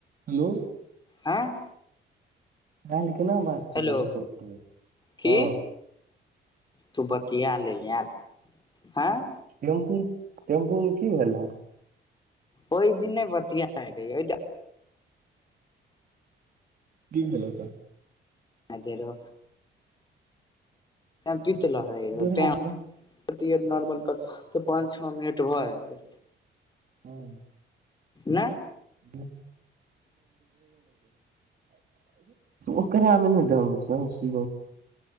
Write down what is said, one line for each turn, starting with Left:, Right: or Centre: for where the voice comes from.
Right: हेलो
Left: हँ
Right: काल्हि केना बात कने
Left: हेलो
Right: रहि
Left: की
Right: हँ
Left: तू बतियाले यार आंइ
Right: टेम्पु टेम्पुमे कि भेलौ
Left: ओहि दिन नहि बतियाय रहियो
Right: कि भेलौ तऽ
Left: आगे रो त पीत लहरै रहो
Right: तोरा
Left: तै
Right: हम कह-
Left: टियर नॉर्मल कर तऽ पाँच छओ मिनट भऽ जेतै
Right: हँ
Left: नहि
Right: <unintelligible> ओकरामे नहि